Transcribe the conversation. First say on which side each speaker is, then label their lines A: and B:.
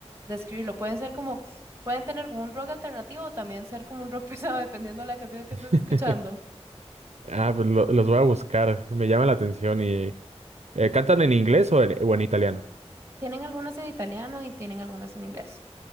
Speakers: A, on the right; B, on the right.
A: describirlo. Pueden ser como, pueden tener como un rock alternativo o también ser como un rock <laughs> pesado, dependiendo de la canción que estés escuchando.
B: <laughs> Ah, pues lo- los voy a buscar. Me llama la atención y... eh, ¿cantan en inglés o en, o en italiano?
A: Tienen algunas en italiano y tienen algunas en inglés.